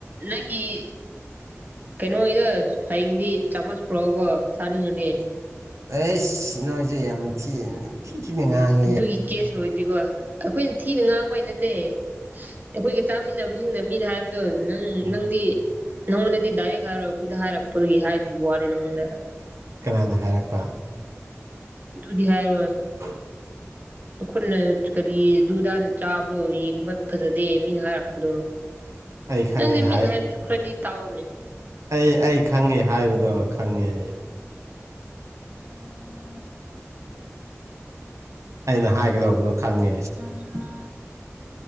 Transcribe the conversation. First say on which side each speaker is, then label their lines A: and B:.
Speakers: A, on the right; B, on the right.
A: ꯅꯪꯒꯤ ꯀꯩꯅꯣꯒꯤꯗ ꯍꯌꯦꯡꯗꯤ ꯆꯥꯃꯁ ꯄꯨꯔꯛꯎ ꯀꯣ ꯆꯥꯅꯤꯡꯉꯗꯤ
B: ꯑꯦꯁ ꯅꯣꯏꯖꯤ ꯌꯥꯝ ꯊꯤ ꯊꯤꯅ ꯉꯥꯡ
A: ꯑꯗꯨꯒꯤ ꯀꯦꯁ ꯂꯣꯏꯗꯤꯕꯣ ꯑꯩꯈꯣꯏꯅ ꯊꯤꯅ ꯉꯥꯡꯕ ꯅꯠ ꯇꯦ ꯑꯩꯈꯣꯏꯒ ꯆꯥꯃꯤꯟꯅꯕꯁꯤꯡꯅ ꯃꯤꯅ ꯍꯥꯏꯕꯗꯣ ꯅꯪ
B: ꯎꯝ
A: ꯅꯪꯗꯤ ꯅꯪꯉꯣꯟꯗꯗꯤ ꯗꯥꯏꯔꯦꯛ ꯍꯥꯏꯔꯣꯏ ꯑꯩꯈꯣꯏꯗ ꯍꯥꯏꯔꯛꯄꯗꯨꯒꯤ ꯍꯥꯏꯕꯤꯕ ꯋꯥꯅꯤ ꯅꯪꯉꯣꯟꯗ
B: ꯀꯅꯥꯅ ꯍꯥꯏꯔꯛꯄ
A: ꯗꯨꯗꯤ ꯍꯥꯏꯔꯣꯏ
B: <unintelligible>
A: ꯑꯩꯈꯣꯏꯅ ꯀꯔꯤ ꯗꯨꯗꯥꯅ ꯆꯥꯕꯗꯣ ꯌꯦꯡꯕ ꯐꯖꯗꯦ ꯃꯤꯅ ꯍꯥꯏꯔꯛꯄꯗꯣ
B: ꯑꯩ ꯈꯪꯉꯤ
A: ꯅꯪꯗꯤ
B: ꯍꯥꯏ
A: ꯃꯤꯅ ꯍꯥꯏꯕꯁꯨ ꯈꯔꯗꯤ ꯇꯥꯎꯅꯦ
B: ꯑꯩ ꯑꯩ ꯈꯪꯉꯦ ꯍꯥꯏꯕꯗꯣ ꯈꯪꯉꯦ
A: ꯎꯝ
B: ꯑꯩꯅ ꯍꯥꯏꯒꯗꯧꯕꯗꯣ ꯈꯪꯉꯦ
A: ꯎꯝ